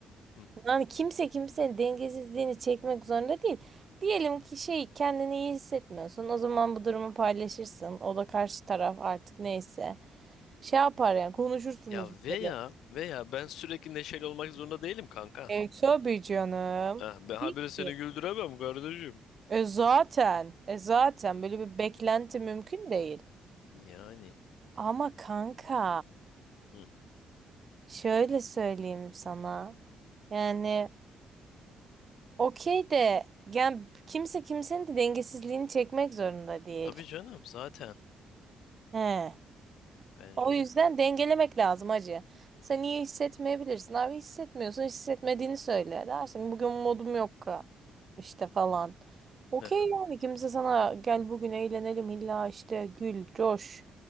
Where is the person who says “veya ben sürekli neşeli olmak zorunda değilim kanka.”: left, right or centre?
Left